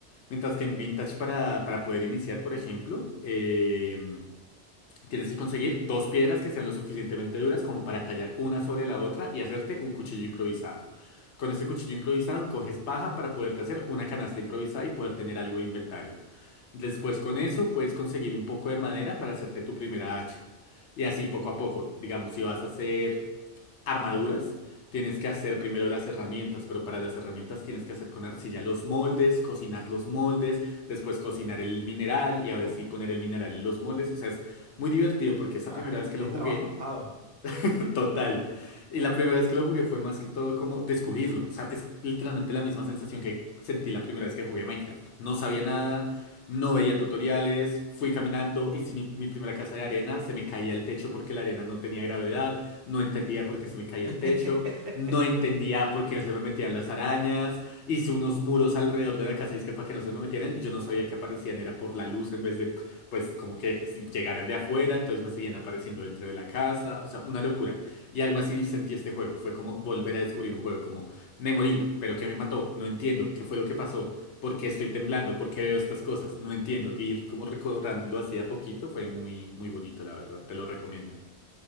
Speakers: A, on the left (about 80°); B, on the right (about 60°).
A: Mientras que en Vintage para, para poder iniciar, por ejemplo, eh, tienes que conseguir dos piedras que sean lo suficientemente duras como para tallar una sobre la otra y hacerte un cuchillo improvisado. Con ese cuchillo improvisado coges paja para poderte hacer una canasta improvisada y poder tener algo de inventario. Después con eso puedes conseguir un poco de madera para hacerte tu primera hacha. Y así poco a poco, digamos, si vas a hacer armaduras, tienes que hacer primero las herramientas, pero para las herramientas tienes que hacer con arcilla los moldes, cocinar los moldes, después cocinar el mineral y ahora
B: Uf,
A: sí poner el mineral en los moldes. O sea, es muy divertido porque esa
B: guau,
A: primera vez que
B: bien
A: lo jugué,
B: trabajado.
A: <laughs> Total. Y la primera vez que lo jugué fue más que todo como descubrirlo. O sea, es literalmente la misma sensación que sentí la primera vez que jugué Minecraft. No sabía nada, no veía tutoriales, fui caminando, hice mi, mi primera casa de arena, se me caía al techo porque la arena no tenía gravedad, no entendía por qué se me caía al
B: <laughs>
A: techo, no entendía por qué se me metían las arañas, hice unos muros alrededor de la casa y es que para que no se me metieran, y yo no sabía que aparecían, era por la luz en vez de, pues, como que si llegaran de afuera, entonces me seguían apareciendo dentro de la casa, o sea, una locura. Y algo así sentí este juego. Fue como volver a descubrir un juego, como me morí, pero ¿qué me mató? No entiendo, ¿qué fue lo que pasó? ¿Por qué estoy temblando? ¿Por qué veo estas cosas? No entiendo. Y ir como recordándolo así de a poquito fue muy, muy bonito, la verdad. Te lo recomiendo.